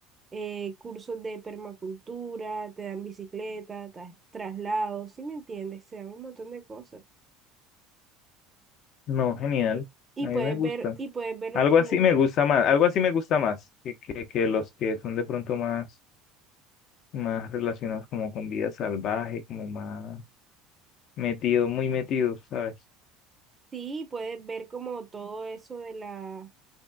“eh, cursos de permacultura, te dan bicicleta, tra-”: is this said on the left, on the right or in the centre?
Right